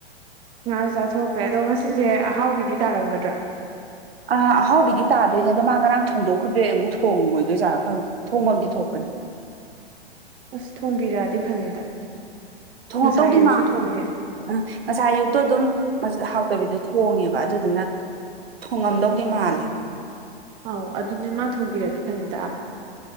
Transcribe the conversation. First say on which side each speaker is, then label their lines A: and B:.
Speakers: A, on the right; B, on the right.
A: ꯉꯥꯁꯨ ꯆꯥꯊꯣꯛꯈ꯭ꯔꯦ ꯑꯗꯣ ꯉꯁꯤꯁꯦ ꯑꯍꯥꯎꯕꯤꯗꯤ ꯇꯥꯔꯝꯒꯗ꯭ꯔꯥ
B: ꯑꯥ ꯑꯍꯥꯎꯕꯤꯗꯤ ꯇꯥꯗꯣꯏꯅꯦ ꯑꯗꯣ ꯃꯥ ꯉꯔꯥꯡ ꯊꯣꯡꯗꯣꯛꯈꯤꯕꯩ ꯑꯃꯨꯛ ꯊꯣꯡꯉꯣꯏꯗꯣꯏꯖꯥꯠꯂꯥ ꯈꯪꯗꯦ ꯊꯣꯡꯐꯝꯗꯤ ꯊꯣꯛꯄꯅꯦ
A: ꯑꯁ ꯊꯣꯡꯕꯤꯔꯛꯑꯗꯤ ꯐꯅꯤꯗ
B: ꯊꯣꯡꯉꯛꯇꯧꯗꯤ
A: ꯉꯁꯥꯏ ꯑꯌꯨꯛꯁꯨ
B: ꯃꯥꯜꯂꯦ
A: ꯊꯣꯡꯗꯦ
B: ꯉꯁꯥꯏ ꯑꯌꯨꯛꯇꯣ ꯑꯗꯨꯝ ꯍꯥꯎꯇꯕꯤꯗꯣ ꯊꯣꯡꯉꯦꯕ ꯑꯗꯨꯗꯨꯅ ꯊꯣꯡꯉꯝꯗꯧꯗꯤ ꯃꯥꯜꯂꯦ
A: ꯑꯧ ꯑꯗꯨꯅꯦ ꯃꯥ ꯊꯣꯡꯕꯤꯔꯗꯤ ꯐꯅꯤꯗ